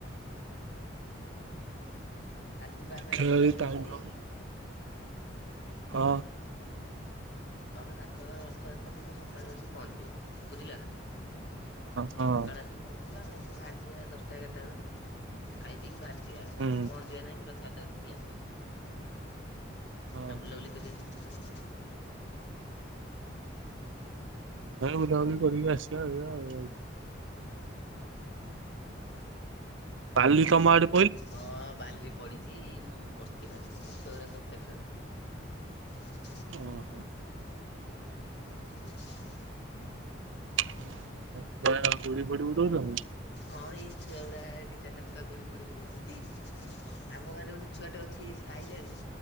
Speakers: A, on the left (about 60°); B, on the right (about 90°).
A: କାଲି ଯିବା ଆମେ
B: ଖେଳ
A: ରଥଯାତ୍ରା
B: ଟାଇମ
A: କୁ ପୁରୀ
B: ହବ
A: ଆଉ।
B: ହଁ।
A: ତମେ ରାଥ ରଥଯାତ୍ରା ଦିନ ସକାଳୁ ଆସି ପହଞ୍ଚିିଯିବ ବୁଝିଲା ନା।
B: ହଁ
A: ସକାଳେ ଆସି ପହଞ୍ଜିବା ଆମେ ଆସିକି ବାହାରିଯିବା ଦଶଟା ଏଗାରଟା ବେଳୁ ଖାଇ ପିଇକି ବାହାରିଯିବା
B: ହୁଁ
A: ପହଞ୍ଜିବା ଯାଇକି ର ଥ ଯାତ୍ରା ଦେଖିକି ଆସିବା।
B: ହଁ
A: ଆଉ ବୁଲାବୁଲି କରିବା ଟିକେ ସି ବିଚ୍ ଆଡ଼େ।
B: <unintelligible> କରିବା ଆସିବା ଆଉ ଏଇଆ ଆଉ। ପାଲି କମାଡ଼
A: ହଁ ବାଲି ପଡ଼ିଚି ମୁଁ ବସିଚି ବାଲିରେ ଏଇ ଛୁଆଉରା ସବୁ ଖେଳୁଚନ୍ତି।
B: ଓହୋ।
A: <unintelligible>
B: ଛୁଆ ର ଗୁଡ଼ି ଫୁଡ଼ି ଉଡଉଚନ୍ତି ନା?
A: ହଁ ଏଇ ଛୁଆ ଗୁରା ଦି ଚାରିଟା ଛୁଆ ଗୁଡି ମୁଡି ଉଡଉଚନ୍ତି ଆମ ଗାଁ ରେ ଗୋଟେ ଛୁଆଟେ ଅ ଛି ସିଏ ଆଇଲେଣି